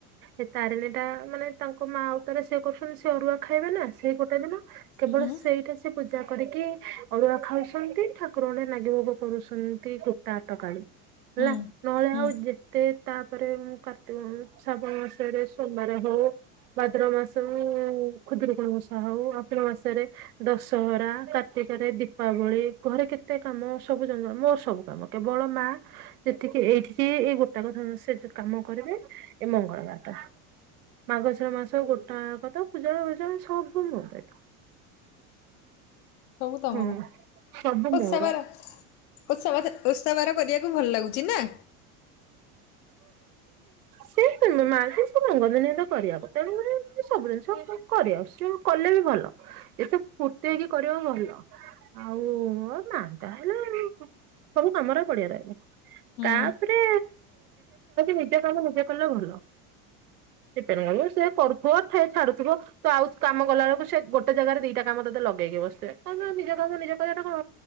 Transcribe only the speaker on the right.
ଏ ତାରିଣୀ ଟା ମାନେ ତାଙ୍କ ମା ଉ ତରେ ସିଏ କରୁଛନ୍ତି ସେ ଅରୁଆ ଖାଇବେ ନା ସେ ଗୋଟେ ଦିନ କେବଳ
ସେଇଟା ସେ ପୂଜା କରିକି ଅରୁଆ ଖାଉଛନ୍ତି ଠାକୁର ଙ୍କ ଠି ନାଗି ଭୋଗ କରୁଶ୍ ନ୍ତି କୁଟା ଅଟକାଳି
ହେଲା ନହଲେ
ଆଉ ଯେତେ ତାପରେ ମୁ କାର୍ତ୍ତିକ ଶ୍ରାବଣ ମାସରେ ସୋମବାର ହଉ ଭଦ୍ରବ ମାସ ରେ ଖୁଦୁରି କୁଣି ଓଷା ହଉ ଆସିନ ମାସରେ ଦଶହରା କାର୍ତି ରେ ଦୀପାବଳି ଘରେ କେତେ କାମ ସବୁ ଜଙ୍କ ମୋ ସବୁ କାମ କେବଳ ମା ଯେତିକି ଏଇଠିକି ଏଇ ଗୋଟା କଥା ସେ କାମ କରିବେ ଏମ୍ ମଙ୍ଗଳବାର ଟା। ମାର୍ଗଶିର ମାସ ଗୋଟାଯାକ ପୂଜା ଫୁଜା ସବୁ ମୋ ଦାୟିତ୍ୱ।
ହଁ ସବୁ
ମୋର
ସେ ତ ମା ଯିଏ ସବୁ ମଙ୍ଗତିନି କରିବାକୁ ତେଣୁ କରି ସବୁ ଜିନିଷ କରିଆସିଛି କଲେ ବି ଭଲ ଏତ ଫୁର୍ତ୍ତି ହେଇକି କରିବ ଭଲ ଆଉ ମା ତାହେଲେ
ସବୁ କାମରା ପଡିଆ ରହିବ
ତାପରେ ନିଜ କାମ ନିଜେ କଲେ ଭଲ। ପେ କରିବ ସେ କରୁଥିବ ଏ ଛାଡୁଥିବ ତ ଆଉ କାମ ଗଲା ବେଳକୁ ସେ ଗୋଟେ ଜାଗାରେ ଦିଟା କାମ ତେ ଲଗେଇକି ବସିଥିବେ, କ ନିଜ କାମ ନିଜ କଟା କଣ